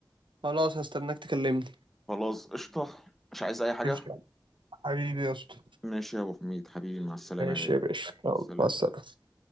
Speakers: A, on the right; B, in the centre.
A: خلاص هستناك تكلمني
B: خلاص قشطه مش عايز اي حاجه
A: قشطة. حبيبي يا اسطى
B: ماشي يا ابو حميد حبيبي مع السلامه
A: ماشي
B: يا غالي
A: يا باشا يلا
B: سلام
A: مع السلامة